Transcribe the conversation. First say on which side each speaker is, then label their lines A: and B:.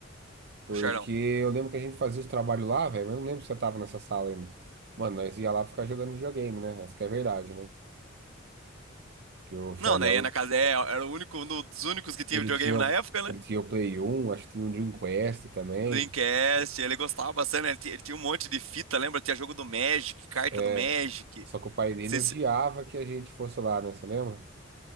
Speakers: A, on the right; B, on the right.
A: Porque
B: com o Charlão.
A: eu lembro que a gente fazia os trabalhos lá, velho, mas eu não lembro se você tava nessa sala ainda. Mano, nós ia lá pra ficar jogando videogame, né? Essa que é a verdade, né? Que o Charlão,
B: Não, né? Ia na casa. É, era o único, um dos únicos que tinha
A: ele
B: videogame
A: tinha,
B: na
A: o-
B: época, né?
A: ele tinha o Play 1, acho que tinha o Dream Quest também.
B: Dreamcast, ele gostava bastante, né? Ele, ti- ele tinha um monte de fita, lembra? Tinha jogo do Magic, carta
A: É,
B: do Magic.
A: só que o pai dele
B: Você
A: odiava
B: se-
A: que a gente fosse lá, né? Você lembra?